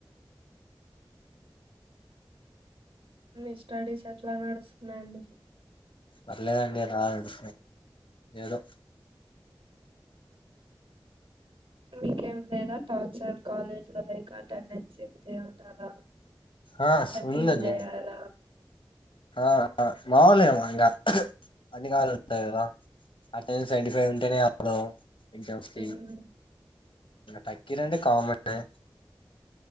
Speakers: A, on the right; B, on the left.
A: మీ స్టడీస్ ఏట్లా నడుస్తున్నాయండి.
B: పర్లేదండి రాదు ఏదో
A: మీకేం లేదా టార్చర్ కాలేజ్ లో లైక్ అటెండెన్స్ ఇంతే ఉండాలా?
B: ఆ
A: తగ్గింజేయాల
B: ఉందండి ఆ ఆ మాములే వ్ ఇంగ అన్ని కాల ఉంటాయి కదా అటెండెన్స్ నైన్టీ ఫైవ్ ఉంటేనే అప్పుడు పింటం తీమ్
A: హ్మ్.
B: తగ్గిర్ అంటే కామనే